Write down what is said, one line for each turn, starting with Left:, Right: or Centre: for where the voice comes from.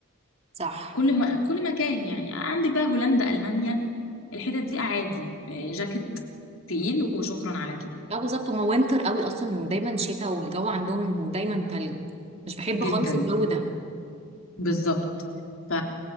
Right: صح
Left: كل ما كل مكان يعني عندك بقى هولندا ألمانيا الحتت دي عادي آه، جاكيت تقيل وشكرا على كده
Right: لا بالظبط هما وينتر قوي اصلا دايما شتاء والجو عندهم دايما تلج مش بحب خالص
Left: جدا
Right: الجو ده
Left: بالظبط ف